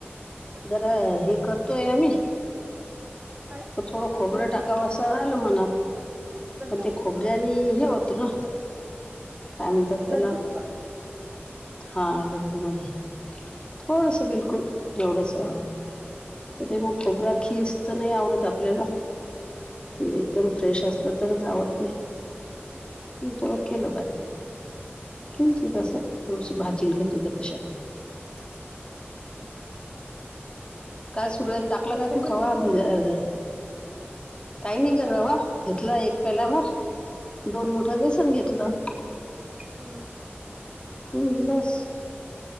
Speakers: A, on the left; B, on the right.
A: बरं हे करतोय आम्ही
B: काय
A: तर थोडं खोबरं
B: लड्डू
A: टाकावं असं आलं मनात
B: लड्डू
A: पण ते खोबऱ्यानी हे होतं ना काय म्हणत्यात त्याला
B: लड्डू का
A: हा लड्डू मध्ये थोडसं बिलकुल एवढसं कीती. घ खोबरा खीस तर नाही आवडत आपल्याला ते एकदम फ्रेश असलं तरच आवडतय कवताळ्या केल्या बारीत मग किंचित असं एवढशी भाजी घेतोय त अशा टाईप
B: हम्
A: काय सुरू आहे टाकलं
B: कशाचे
A: काय तू
B: लड्डू
A: खवा बघुया
B: करायले
A: रे काही नाही कराय वा घेतलं एक पेल्या भर दोन मोठं बेसन घेतलं
B: हम्
A: हम् बस